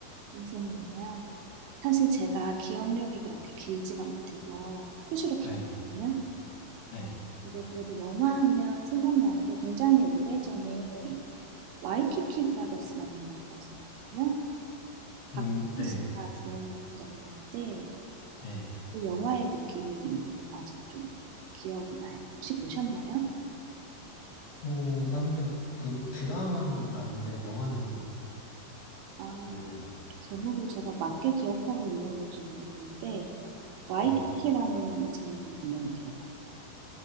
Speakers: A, on the right; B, on the left.
A: 인생 영화요. 사실 제가 기억력이 그렇게 길지가 못해서 수시로 바뀌거든요.
B: 네, 네,
A: 근데 그래도 영화 하면 생각나는 게 굉장히 오래전에 와이키키 브라더스라는 영화가 있었거든요. 박하스
B: 음, 네,
A: 씨가 주연이었던 영화인데
B: 네.
A: 그 영화의 느낌이 아직 좀 기억이 나요. 혹시 보셨나요?
B: 오, 아니요. 그 드라마는 아는데 영화는
A: 아,
B: 몰라요.
A: 제목을 제가 맞게 기억하고 있는 건지 모르겠는데 와이키키라는
B: 네.
A: 제목은 분명히 들어가요.